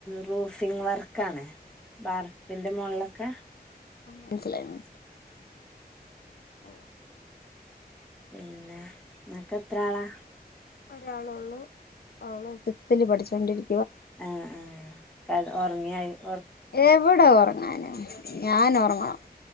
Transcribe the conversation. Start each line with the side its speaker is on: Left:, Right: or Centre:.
Centre: റൂഫിംഗ് വർക്ക് ആണ് ബാർപ്പിന്റെ മുകളൊക്കെ
Left: മൻസിലായി മൻ ഓ
Centre: പിന്നെ നിനക്ക് എത്ര ആളാ?
Left: ഒരാളൊള്ളൂ അവള് സിക്സ്ത്തിൽ പഠിച്ചു രണ്ടടി
Centre: ഏ ഏ കൽ ഒ <unintelligible>
Left: എവിട ഉറങ്ങാന ഞാൻ ഉറങ്ങണം